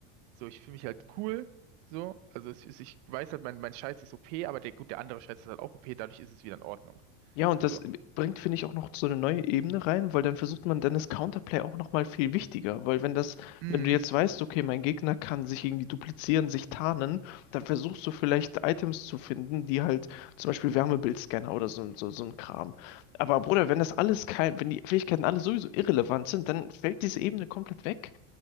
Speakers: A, on the right; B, on the left.
A: so, ich fühle mich halt cool. So, also es ist, ich weiß halt, mein, mein Scheiß ist OP, aber der, gut, der andere Scheiß ist halt auch OP, dadurch ist es wieder in Ordnung.
B: Ja, und
A: So.
B: das bringt, finde ich, auch noch so eine neue Ebene rein, weil dann versucht man, dann ist Counterplay auch nochmal viel wichtiger, weil wenn das,
A: Mhm.
B: wenn du jetzt weißt, okay, mein Gegner kann sich irgendwie duplizieren, sich tarnen, dann versuchst du vielleicht Items zu finden, die halt zum Beispiel Wärmebildscanner oder so, so, so ein Kram. Aber Bruder, wenn das alles kein, wenn die Fähigkeiten alle sowieso irrelevant sind, dann fällt diese Ebene komplett weg.